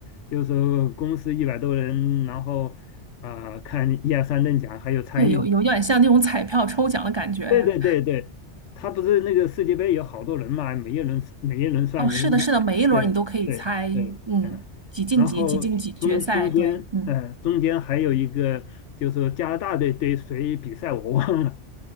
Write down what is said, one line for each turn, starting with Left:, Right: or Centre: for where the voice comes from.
Left: 就是说公司一百多人，然后啊、呃看一二三等奖还有参与奖，
Right: 对，有有点像那种彩票抽奖的感觉呀。
Left: 对对对对，他不是那个世界杯有好多人嘛，每一轮每一轮算每一轮，
Right: 哦，是的，是的，每一轮你都可以猜，
Left: 对对对，
Right: 嗯，
Left: 嗯，
Right: 几进几，
Left: 然后中中间呃中间还有一个就是说加拿大队对谁比赛我忘了
Right: 几进几决赛，对，嗯，